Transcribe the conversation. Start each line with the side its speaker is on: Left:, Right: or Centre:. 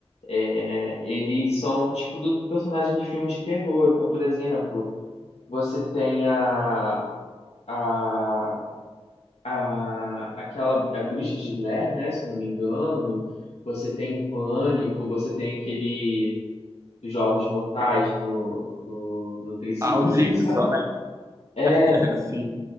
Left: É, eles são, tipo, do personagem de filme de terror. Então, por exemplo, você tem a, a a, aquela a Bruxa de Blair, né? Se não me engano, você tem o Pânico, você tem aquele dos Jogos Mortais no, no, no triciclozinho,
Right: Ah, Audi
Left: sabe?
Right: só, né?
Left: É,
Right: <laughs> Assim,